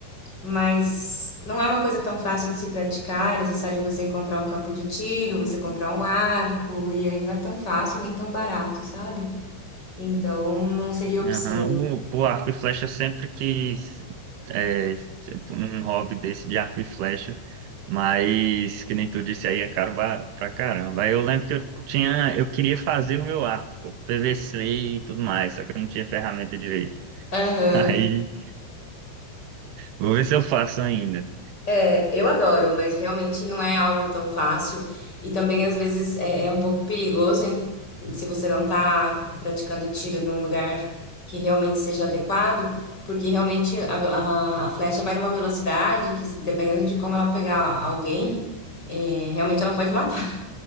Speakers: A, on the left; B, on the right.
A: mas não é uma coisa tão fácil de se praticar. É necessário você encontrar um campo de tiro, você comprar um arco, e aí não é tão fácil nem tão barato, sabe? Então, não seria
B: <laughs>
A: opção.
B: Aham. O, pô, arco e flecha sempre quis é, um hobby desse de arco e flecha, mas que nem tu disse aí é caro ba- pra caramba. Aí eu lembro que eu tinha, eu queria fazer o meu arco, pô, PVC e tudo mais, só que eu não tinha ferramenta direito. <laughs>
A: Aham.
B: Aí Vou ver se eu faço ainda.
A: É, eu adoro, mas realmente não é algo tão fácil. E também, às vezes, é, é um pouco perigoso em- se você não tá praticando tiro num lugar que realmente seja adequado, porque realmente a, a- a flecha vai numa velocidade que, dependendo de como ela pegar alguém, é, realmente ela pode matar.